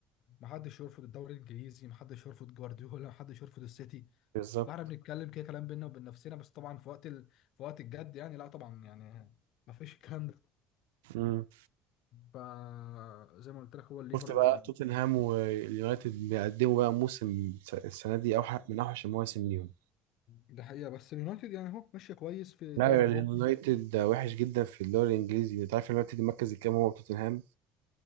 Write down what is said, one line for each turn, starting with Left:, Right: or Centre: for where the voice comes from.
Left: محدش يرفض الدوري الانجليزي محدش يرفض جوارديولا محدش يرفض السيتي
Right: بالظبط
Left: فاحنا بنتكلم كده كلام بينا وبين نفسنا بس طبعا في وقت ال... في وقت الجد يعني لا طبعا يعني ما فيش الكلام ده
Right: مم.
Left: فزي ما قلت لك هو الليفر
Right: شفت بقى
Left: يعني
Right: توتنهام واليونايتد بيقدموا بقى موسم السنة دي أوحش من أوحش المواسم ليهم
Left: ده حقيقة بس اليونايتد يعني هو ماشية كويس في
Right: لا
Left: الدوري الأوروبي
Right: اليونايتد وحش جدا في الدوري الانجليزي انت عارف اليونايتد المركز الكام هو توتنهام